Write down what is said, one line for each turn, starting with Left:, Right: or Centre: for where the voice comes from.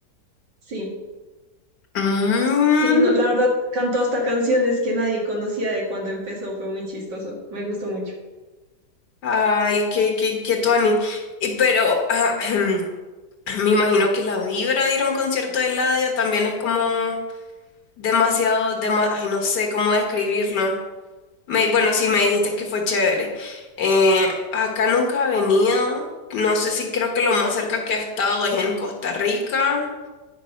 Right: Sí,
Left: Mm,
Right: sí, no, la verdad cantó hasta canciones que nadie conocía de cuando empezó, fue muy chistoso, me gustó mucho.
Left: ay, qué, qué, qué tuani. Y pero ah, <clears throat> me imagino que la vibra de ir a un concierto de Eladio también es como demasiado, dema- ay, no sé cómo describirlo. Me, bueno, sí, me dijiste que fue chévere. Eh, acá nunca he venido. No sé si creo que lo más cerca que he estado es en Costa Rica,